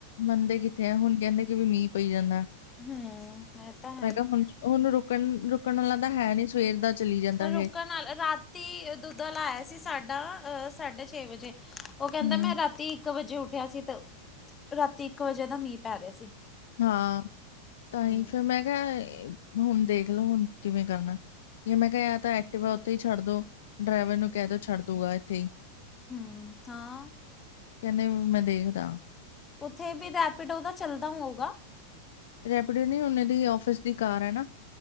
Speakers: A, on the left; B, on the left.
A: ਮੰਨਦੇ ਕਿੱਥੇ ਆ ਹੁਣ ਕਹਿੰਦੇ ਕਿ ਵੀ ਮੀਂਹ ਪਈ ਜਾਂਦਾ।
B: ਹਮ ਇਹ ਤਾਂ ਹੈ
A: ਮੈਂ
B: ਹੀ।
A: ਕਿਹਾ ਹੁਣ ਹੁਣ ਰੁਕਣ ਰੁਕਣ ਵਾਲਾ ਤਾਂ ਹੈ ਨੀ ਸਵੇਰ ਦਾ। ਚਲੀ ਜਾਂਦਾ ਇਹ
B: ਰੁਕਣ ਨਾਲ ਰਾਤੀ ਦੁੱਧਾ ਲਾਇਆ ਸੀ ਸਾਡਾ ਅਹ ਸਾਢੇ ਛੇ ਵਜੇ ਉਹ ਕਹਿੰਦਾ
A: ਹੂੰ
B: ਮੈਂ ਰਾਤੀ ਇੱਕ ਵਜੇ ਉੱਠਿਆ ਸੀ ਤੇ ਰਾਤੀ ਇੱਕ ਵਜੇ ਦਾ ਮੀਂਹ ਪੈ ਰਿਹਾ ਸੀ।
A: ਹਾਂ ਤਾਂ
B: ਹੂੰ
A: ਹੀ ਫਿਰ ਮੈਂ ਕਿਹਾ ਹੁਣ ਦੇਖਲੋ ਹੁਣ ਕਿਵੇਂ ਕਰਨਾ ਜਾ ਮੈਂ ਕਿਹਾ ਤਾਂ ਐਕਟਿਵ ਆ ਉੱਥੇ ਹੀ ਛੱਡ ਦੋ ਡਰਾਈਵਰ ਨੂੰ ਕਹਿ ਦਓ ਛੱਡ ਦੂਗਾ ਇੱਥੇ ਹੀ
B: ਹੂ ਹਾਂ।
A: ਕਹਿੰਦੇ ਮੈਂ ਦੇਖਦਾ।
B: ਉੱਥੇ ਵੀ ਰੈਪੀਟੋ ਚੱਲਦਾ ਹੋਊਗਾ
A: ਰੈਪਿਡ ਟੂ ਉਨੇ ਦੀ ਆਫਿਸ ਦੀ ਕਾਰ ਹੈ ਨਾ